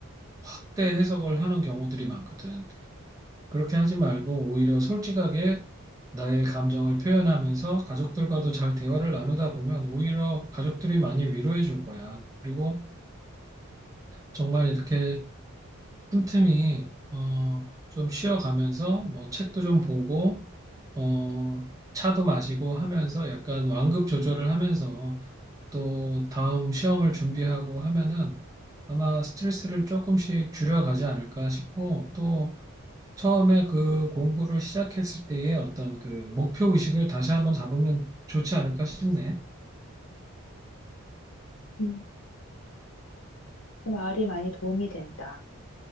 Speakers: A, on the right; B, on the left.
A: 확대 해석을 하는 경우들이 많거든. 그렇게 하지 말고 오히려 솔직하게 나의 감정을 표현하면서 가족들과도 잘 대화를 나누다 보면 오히려 가족들이 많이 위로해 줄 거야. 그리고 정말 이렇게 틈틈이 어, 좀 쉬어가면서 뭐 책도 좀 보고 어, 차도 마시고 하면서 약간 완급 조절을 하면서 또 다음 시험을 준비하고 하면은 아마 스트레스를 조금씩 줄여가지 않을까 싶고 또 처음에 그 공부를 시작했을 때의 어떤 그 목표 의식을 다시 한번 잡으면 좋지 않을까 싶네.
B: 음, 그 말이 많이 도움이 된다.